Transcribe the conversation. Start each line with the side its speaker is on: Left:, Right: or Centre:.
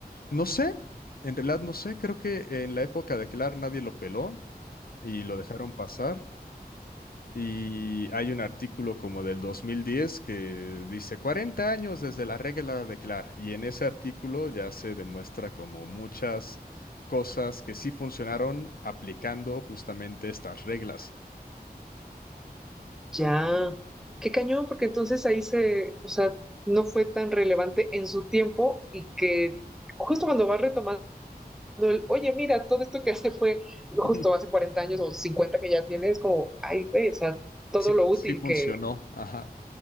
Left: No sé, en realidad no sé, creo que en la época de Clark nadie lo peló y lo dejaron pasar. Y hay un artículo como del 2010 que dice 40 años desde la regla de Clark y en ese artículo ya se demuestra como muchas cosas que sí funcionaron aplicando justamente estas reglas.
Centre: ya. Qué cañón, porque entonces ahí se, o sea, no fue tan relevante en su tiempo y que justo cuando vas retomando, oye, mira, todo esto que hace fue justo
Left: <laughs>
Centre: hace 40 años o 50 que ya tienes, como, ay, güey, o sea, todo
Left: Sí, fu-
Centre: lo útil
Left: sí funcionó,
Centre: que...
Left: ajá.